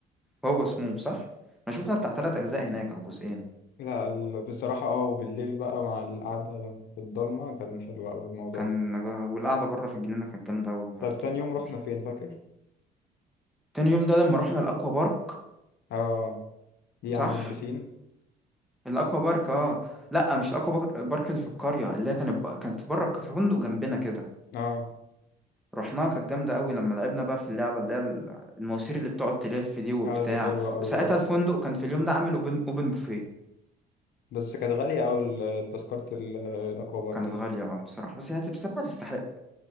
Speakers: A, in the centre; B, on the left.
A: هو سموم صح انا شفنا بتاع تلات اجزاء هناك او جزئين
B: لا ال- بصراحة اه وبالليل بقى مع القعدة في الضلمة كان حلو أوي الموضوع
A: كان
B: ده
A: والقعده بره في الجنينه كانت جامده قوي برضه
B: طب تاني يوم رحنا
A: مش-
B: فين فاكر
A: تاني يوم ده لما رحنا الاكوا بارك
B: اه دي
A: صح
B: عند البسين
A: الاكوا بارك اه لا مش الاكوا بارك بارك اللي في القريه اللي هي كانت ب... كانت بره في فندق جنبنا كده
B: اه
A: رحناها كانت جامده قوي لما لعبنا بقى في اللعبه اللي هي ال- المواسير اللي بتقعد تلف دي وبتاع
B: اه دي حلوة أوي
A: وساعتها
B: بس
A: الفندق كان في اليوم ده عامل اوبن اوبن بوفيه
B: بس كانت غالية أوي ال- تذكرة ال- الأكوا بارك
A: كانت
B: دي
A: غاليه اه بصراحه بس هي بصراحه تستحق